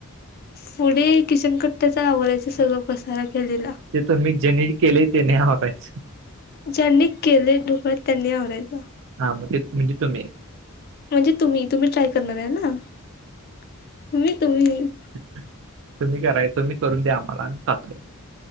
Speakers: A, on the left; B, on the right.
A: पुढे किचन कट्टाचा आवरायचं सगळं पसारा केलेला.
B: ते तुम्ही ज्यांनी केलंय तेनी आवरायचं.
A: ज्यांनी केलय डुकळत त्यांनी आवरायचं.
B: हां मग तेच म्हणजे तुम्ही!
A: म्हणजे तुम्ही तुम्ही ट्राय करणार आहे ना तुम्ही तुम्ही.
B: तुम्ही कराय तुम्ही करून द्या आम्हाला आम्ही खातो.